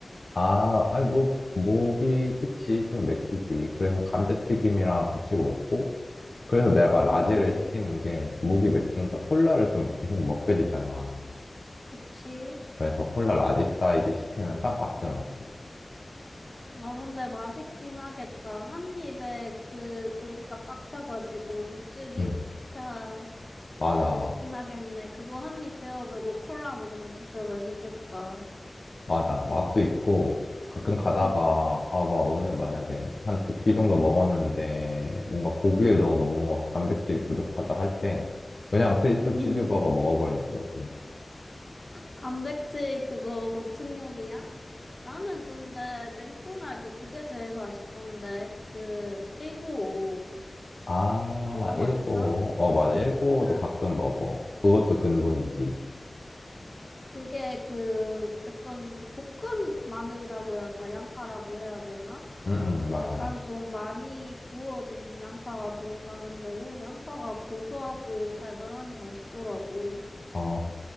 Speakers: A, on the left; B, on the left.
A: 아, 아니 뭐 목이 그치 좀 맥히지. 그래서 감자튀김이랑 같이 먹고 그래서 내가
B: 음,
A: 라지를 시키는 게 목이 맥히니까 콜라를 좀 계속 먹게 되잖아.
B: 그치.
A: 그래서 콜라 라지 사이즈 시키면 딱 맞더라고.
B: 아, 근데 맛있긴 하겠다. 한 입에 그 고기가 꽉 차가지고 육즙이
A: 음,
B: 캬.
A: 맞아.
B: 맛있긴 하겠네. 그거 한 입 베어 물고 콜라 먹으면 진짜 맛있겠다.
A: 맞아. 맛도 있고 가끔 가다가
B: 응,
A: 아, 막 오늘 만약에 한 두 끼 정도 먹었는데 뭔가 고기를
B: 응.
A: 너무 못 먹어서 단백질이 부족하다 할 때 그냥
B: <laughs>
A: 트리플
B: 음.
A: 치즈버거 먹어버리는 거지.
B: 단백질 그거 보충용이야? 나는 근데 맥도날드 그게 제일 맛있던데. 그 1 9 5
A: 아,
B: 먹어봤어?
A: 일고. 어, 맞아. 일고도
B: 응.
A: 가끔 먹어. 그것도 근본이지.
B: 그게 그 약간 볶은 마늘이라고 해야, 아, 양파라고 해야 되나?
A: 응, 응, 맞아.
B: 약간 좀 많이 구워진 양파가 들어가는데, 오, 양파가 고소하고 달달하니 맛있더라고.
A: 아,